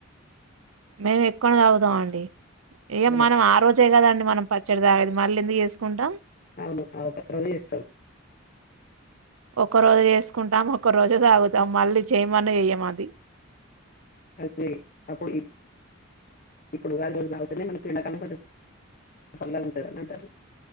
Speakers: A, on the right (about 85°); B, on the left (about 45°).
A: మేం ఎక్కువనే తాగుతాం అండి ఇగ
B: అదే
A: మనం ఆ రోజే కదన్ మనం పచ్చడి తాగేది మళ్ళీ ఎందుకు చేసుకుంటాం
B: అవును ఆ ఒక్కరోజే చేస్తాం
A: ఒక్కరోజే చేసుకుంటాం ఒక్క రోజే తాగుతాం మళ్ళీ చేయమన్నా చెయ్యం అది
B: అది అప్పుడు ఇప్పుడు ఉగాది రోజు తాగుతేనే మనకు ఎండాకాలం కొంచెం చల్లగుంటది అన్నట్టు <inaudible>